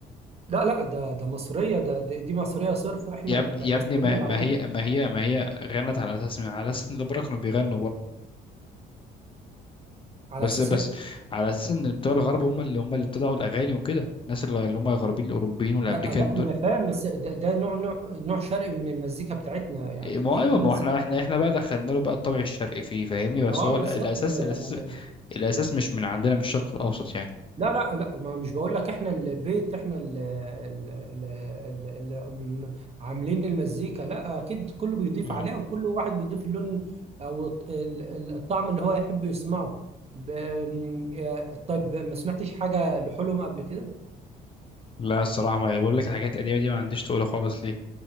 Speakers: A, on the right; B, on the left.
A: لا لا ده ده مصرية ده ده- دي مصرية صرف إحنا
B: يا اب-
A: المصريين
B: يا ابني ما
A: اللي
B: ما
A: عاملين
B: هي ما هي ما هي غنت على اساس على اساس ان الأوبرا كانوا بيغنوا
A: على
B: بس
A: أساس
B: بس
A: إيه؟
B: على اساس ان بتوع الغرب هم اللي هم اللي ابتدعوا الاغاني وكده الناس اللي اللي هم الغربيين الاوروبيين والامريكان
A: آه، آه، لا
B: دول
A: ما انا فاهم بس ده, ده نوع نوع نوع شرقي من المزيكا بتاعتنا يعني
B: إيه، ما
A: دي
B: هو ايوه
A: دي
B: ما
A: مزيكا
B: هو احنا احنا احنا بقى دخلنا له بقى الطبع الشرقي فيه فاهمني بس
A: اه
B: هو
A: بالظبط
B: ال- الاساس
A: ما انا
B: الاساس
A: انا أنا-
B: الاساس مش من عندنا من الشرق الاوسط يعني
A: لا لا لا ما مش بقول لك احنا البيت احنا اللي عاملين المزيكا لا اكيد كله بيضيف
B: مم.
A: عليها وكل واحد بيضيف اللون او الط- ال- ال- الطعم اللي هو يحب يسمعه ب- م- آه، طيب ما سمعتش حاجة لحلم قبل كده
B: لا الصراحه ما بقول لك الحاجات القديمه دي ما عنديش تقولها خالص ليه